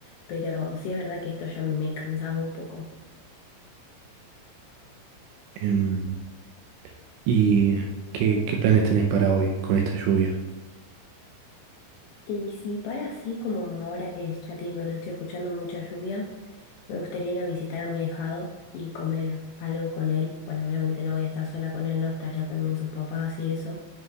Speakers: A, on the left (about 80°); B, on the right (about 80°).
A: pero sí es verdad que esto ya me cansaba un poco.
B: Em, ¿y qué, qué planes tenés para hoy con esta lluvia?
A: Y si para así, como ahora que ya te digo que no estoy escuchando mucha lluvia. Me gustaría ir a visitar a mi ahijado y comer algo con él. Bueno, obviamente no voy a estar sola con él, no estaría también sus papás y eso,